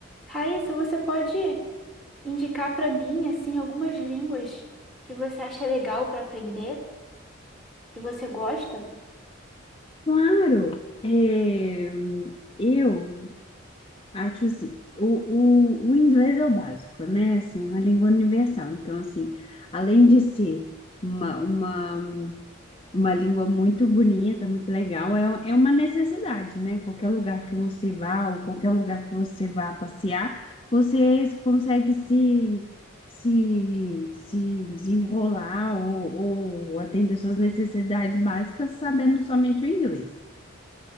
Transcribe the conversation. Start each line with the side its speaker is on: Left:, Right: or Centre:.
Centre: Raíssa, você pode indicar para mim, assim, algumas línguas que você acha legal para aprender, que você gosta?
Left: Claro, é, eu acho assim, o, o, o inglês é o básico, né? Assim, uma língua universal. Então, assim, além de ser uma, uma, uma língua muito bonita, muito legal, é, é uma necessidade, né? Qualquer lugar que você vá, ou qualquer lugar que você vá passear, você consegue se, se, se desenrolar ou, ou atender suas necessidades básicas sabendo somente o inglês.